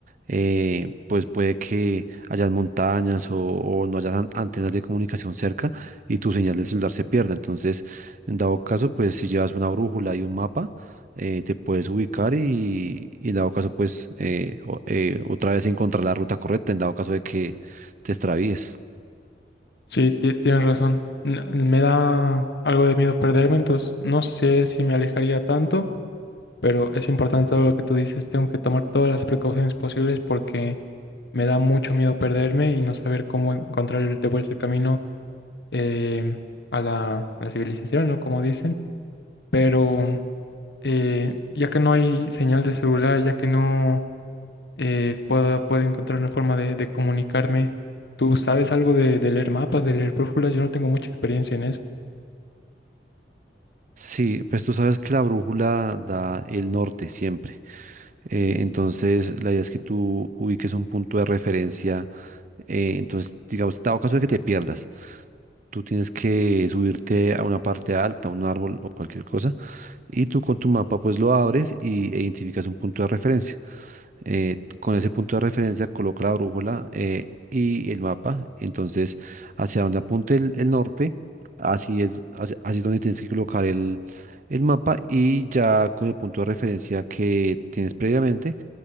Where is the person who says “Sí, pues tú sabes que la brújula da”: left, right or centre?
Right